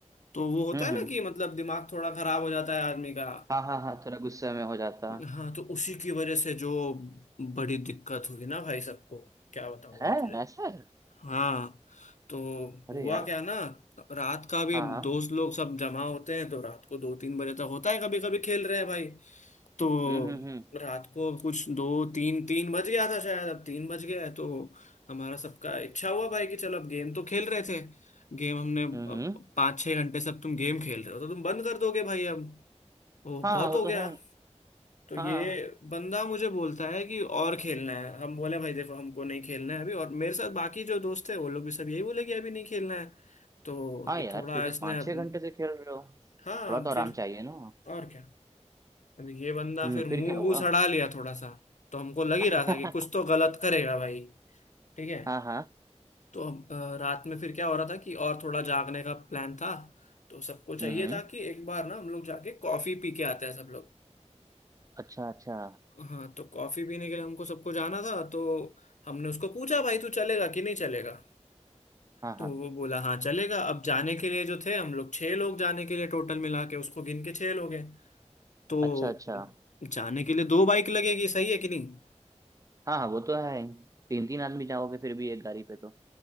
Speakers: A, on the left (about 85°); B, on the right (about 30°).
A: तो वो होता
B: हम्म
A: है ना कि मतलब दिमाग थोड़ा खराब हो जाता है आदमी का
B: हाँ हाँ हाँ थोड़ा गुस्से में हो जाता
A: हाँ तो उसी की वजह से जो बड़ी दिक्कत हुई ना भाई सबको क्या बताऊं भाई
B: है
A: तुझे
B: ऐसा है
A: हाँ तो
B: अरे
A: हुआ
B: यार
A: क्या ना रात का भी
B: हाँ हाँ
A: दोस्त लोग सब जमा होते हैं तो रात को दो तीन बजे तक होता है कभी कभी खेल रहे हैं भाई तो
B: हम्म हम्म हम्म
A: रात को कुछ दो तीन तीन बज गया था शायद अब तीन बज गया है तो हमारा सबका इच्छा हुआ भाई कि चलो अब गेम तो खेल रहे थे गेम हमने अ,
B: हम्म
A: पाँच छः घंटे से अब तुम गेम खेल रहे हो तो तुम बंद कर दोगे भाई अब वो
B: हाँ
A: बहुत
B: वो
A: हो
B: तो
A: गया
B: है ही।
A: तो ये
B: हाँ
A: बंदा मुझे बोलता है कि और खेलना है हम बोले भाई देखो हमको नहीं खेलना है अभी और मेरे साथ बाकी जो दोस्त है वो लोग भी सब यही बोले कि अभी नहीं खेलना है तो
B: हाँ
A: ये
B: यार
A: थोड़ा
B: क्योंकि
A: इसने
B: पाँच
A: अब
B: छह घंटे से खेल रहे हो
A: हाँ
B: थोड़ा
A: अब
B: तो आराम
A: फिर
B: चाहिए ना
A: और क्या अब ये बंदा
B: हम्म
A: फिर मुंह
B: फिर क्या हुआ
A: वूह सड़ा लिया थोड़ा सा तो हमको लग ही
B: <laughs>
A: रहा था कि कुछ तो गलत करेगा भाई ठीक है
B: हाँ हाँ
A: तो हम अ, रात में फिर क्या हो रहा था कि और थोड़ा जागने का प्लान था तो सबको चाहिए
B: हम्म
A: था कि एक बार ना हम लोग जाके कॉफी पी के आते हैं सब लोग
B: अच्छा अच्छा
A: हाँ तो कॉफी पीने के लिए हमको सबको जाना था तो हमने उसको पूछा भाई तू चलेगा कि नहीं चलेगा
B: हाँ
A: तो
B: हाँ
A: वो बोला हाँ चलेगा अब जाने के लिए जो थे हम लोग छह लोग जाने के लिए टोटल मिला के उसको गिन के छह लोग हैं तो
B: अच्छा अच्छा
A: जाने के लिए दो बाइक लगेगी सही है कि नहीं
B: हाँ हाँ वो तो है तीन तीन आदमी जाओगे फिर भी एक गाड़ी पे तो